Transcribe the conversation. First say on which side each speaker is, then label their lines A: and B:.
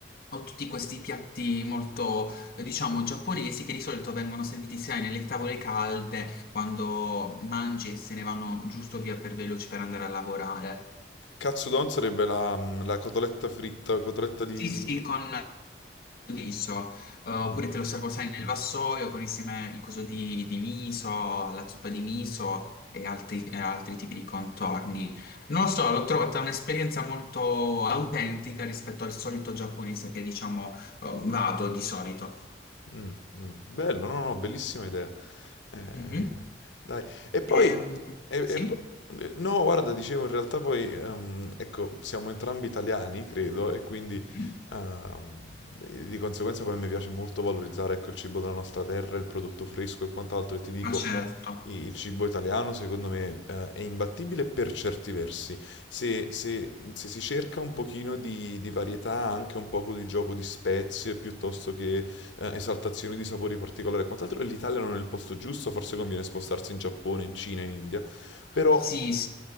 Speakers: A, on the left; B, on the left.
A: Ho tutti questi piatti molto, eh, diciamo, giapponesi che di solito vengono serviti sai nelle tavole calde quando mangi e se ne vanno giusto via per veloci per andare a lavorare.
B: Katsudon sarebbe la, la cotoletta fritta, cotoletta di...
A: Sì, sì, con liso, eh, oppure
B: di-
A: te lo servo, sai, nel vassoio con insieme il coso di, di miso, la zuppa di miso e altri, e altri tipi di contorni. Non lo so, l'ho trovata un'esperienza molto autentica rispetto al solito giapponese che, diciamo, eh, vado di solito.
B: Mm, mm. Bello, no, no, bellissima idea. Eh,
A: Mhm.
B: dai. E poi,
A: Ehm,
B: e-
A: sì?
B: e po- eh, no, guarda, dicevo, in realtà poi, ehm, ecco, siamo entrambi italiani, credo, e quindi
A: Mhm.
B: ehm, di conseguenza poi mi piace molto valorizzare, ecco, il cibo della nostra terra, il prodotto fresco e quant'altro. E ti dico,
A: Ma certo.
B: i- il cibo italiano, secondo me, eh, è imbattibile per certi versi. Se, se- se si cerca un pochino di, di varietà, anche un poco di gioco di spezie, piuttosto che eh, esaltazioni di sapori particolari e quant'altro, e l'Italia non è il posto giusto, forse conviene spostarsi in Giappone, in Cina, in India, però
A: Sì, sì.